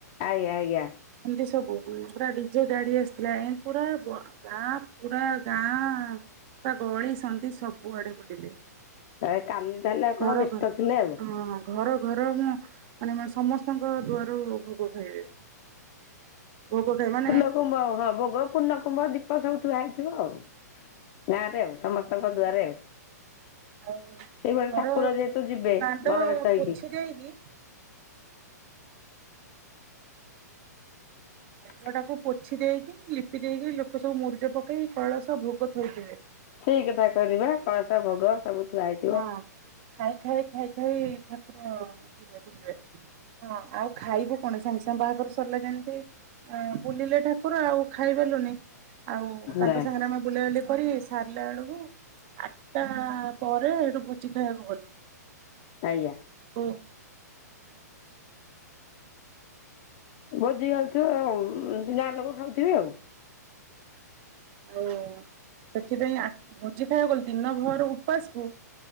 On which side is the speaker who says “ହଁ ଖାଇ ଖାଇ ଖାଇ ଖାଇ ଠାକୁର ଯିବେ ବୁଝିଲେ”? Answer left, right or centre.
Right